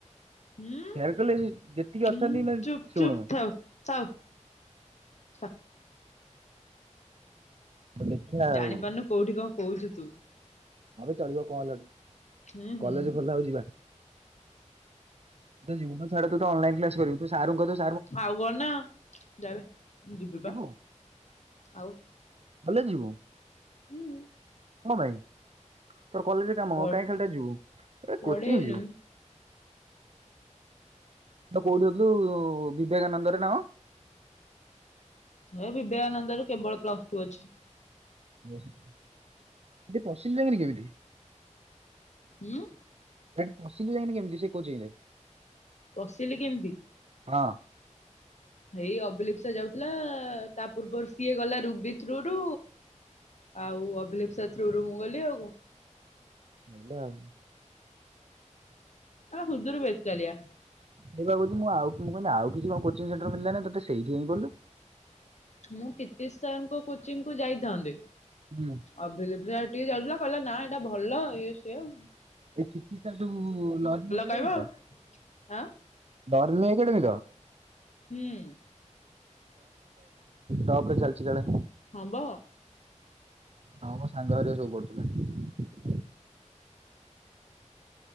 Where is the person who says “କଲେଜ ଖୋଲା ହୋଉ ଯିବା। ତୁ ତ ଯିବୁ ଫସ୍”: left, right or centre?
Right